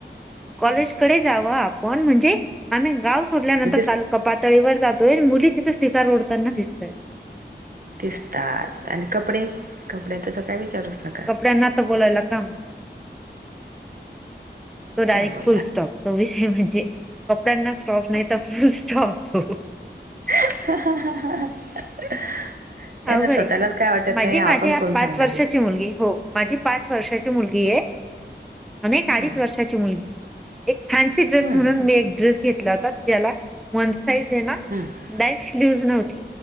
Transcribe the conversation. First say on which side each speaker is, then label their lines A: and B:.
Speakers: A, in the centre; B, on the right.
A: कॉलेज कडे जावा आपण म्हणजे आम्ही गाव सोडल्यानंतर
B: दिसत
A: ऐका पातळेवर जातोय अन मुली तिथं सिगार ओडतांना दिसतंय.
B: दिसतात आणि कपडे कपड्यांच तर काय विचारूच नका.
A: कपड्यांना ना तर बोलायला कम
B: <inaudible>
A: तो डायरेक्ट
B: काय बोलला
A: फुल स्टॉप, तो विषय म्हणजे कपड्यांना स्टॉप नाही तर फुल स्टॉप.
B: <unintelligible>
A: अवघंड
B: स्वतःलाच
A: आहे
B: काय वाटत
A: माझे
B: नाही
A: माझे
B: आपण कोण
A: पांच
B: सांगणार
A: वर्षाचे
B: आहे
A: मुलंगी हो माझी पांच वर्षाची मुलंगी आहे आणि एक अडीच
B: हा
A: वर्षाची मुलंगी आहे एक फॅन्सी ड्रेस
B: हम्म
A: म्हणूंन मी एक ड्रेस घेतलां होतां ज्यांला वंन साईड हे नां
B: हम्मं
A: ब्लॅक स्लिव नव्हती